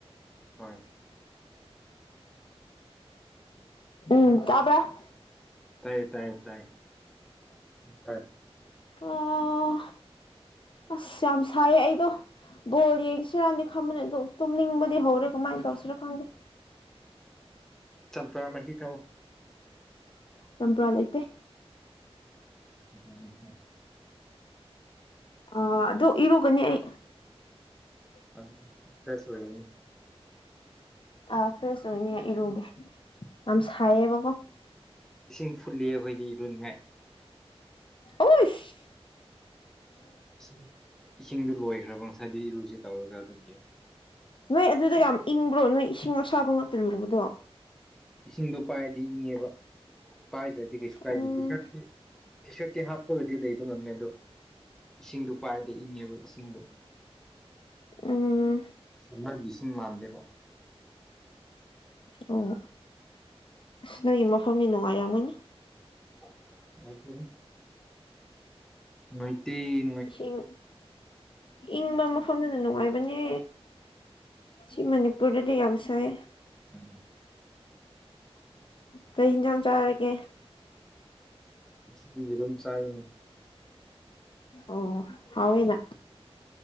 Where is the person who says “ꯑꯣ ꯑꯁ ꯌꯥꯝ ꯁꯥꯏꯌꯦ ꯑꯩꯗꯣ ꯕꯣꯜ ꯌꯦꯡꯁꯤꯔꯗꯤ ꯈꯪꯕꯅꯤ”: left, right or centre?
Left